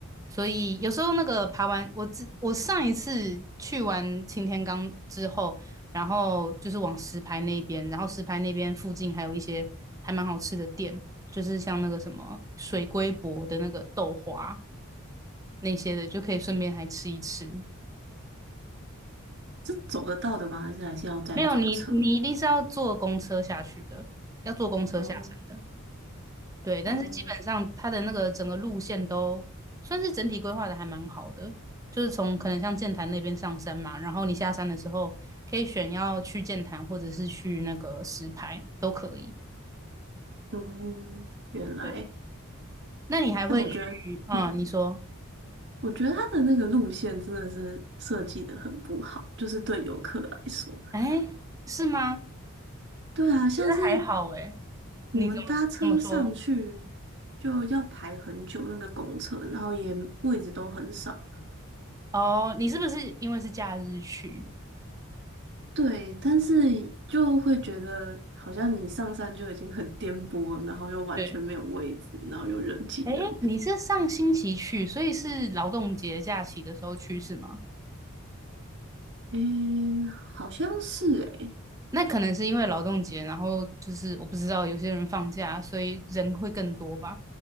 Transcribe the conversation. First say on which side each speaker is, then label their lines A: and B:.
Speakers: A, on the right; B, on the right.
A: 所以有时候那个爬完，我之我上一次去完擎天岗之后，然后就是往石牌那边，然后石牌那边附近还有一些还蛮好吃的店，就是像那个什么水龟伯的那个豆花那些的，就可以顺便还吃一吃。
B: 是走得到的吗？还是还是要再转车？
A: 没有你，你一定是要坐公车下去的，要坐公车下山的。
B: 哦
A: 对，但是基本上它的那个整个路线都算是整体规划的还蛮好的，
B: 哦，
A: 就是从可能像剑潭那边上山嘛，然后你下山的时候可以选要去剑潭或者是去那个石牌都可以。
B: 嗯，原来。
A: 对，那你还会去？
B: 但我觉得，
A: 嗯，
B: 嗯，
A: 你说，
B: 我觉得它的那个路线真的是设计的很不好，就是对游客来说。
A: 哎，是吗？
B: 对啊，
A: 觉得还好哎，
B: 像是
A: 你怎么怎么说？
B: 我们搭车上去就要排很久那个公车，然后也位置都很少，
A: 哦，你是不是因为是假日去？
B: 对，但是就会觉得好像你上山就已经很颠簸了然后又完全没有位置，
A: 对，
B: 然后又人挤人。
A: 哎，你是上星期去，所以是劳动节假期的时候去是吗？
B: 诶，好像是诶，
A: 那可能是因为劳动节，然后就是我不知道有些人放假，所以人会更多吧。